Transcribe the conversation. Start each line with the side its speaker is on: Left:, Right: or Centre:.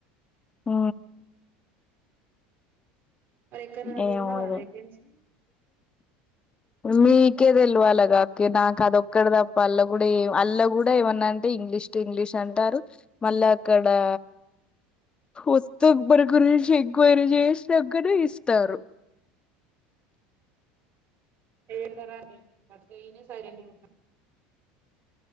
Left: ఊ
Right: మరి ఎక్కడైనా
Left: ఎమో
Right: చూడన్నారా వేకెన్సీ
Left: ఇగ మీకే తెలివాలగా అక్కి నాకు అదొక్కడ తప్ప అల్ల కూడా అల్ల కూడా ఏమన్నా అంటే ఇ ఇంగ్లీష్ టు ఇంగ్లీష్ అంటారు మళ్ళీ అక్కడా వత్త బరకర్ జెషి ఎంక్వైరీ చేస్ దగ్గరే ఇస్తారు
Right: ఏడ్వరని మరి నేనే సైలెంట్ గున్న